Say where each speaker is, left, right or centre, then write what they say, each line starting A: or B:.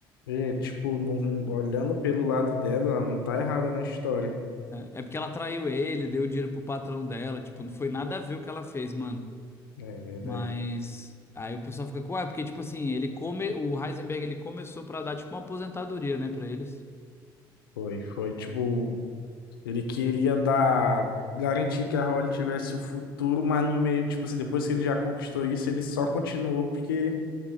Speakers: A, on the left; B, on the left.
A: É, tipo, num- olhando pelo lado dela, ela não tá errada na história.
B: É, é porque ela traiu ele, deu dinheiro pro patrão dela, tipo, não foi nada a ver o que ela fez, mano.
A: É verdade.
B: Mas aí o pessoal fica com, ah, porque tipo assim, ele come, o Heisenberg ele começou pra dar tipo uma aposentadoria, né, pra eles.
A: Foi, foi. Tipo, Ele queria dar, garantir que a Holly tivesse o futuro, mas no meio, tipo assim, depois que ele já conquistou isso, ele só continuou porque,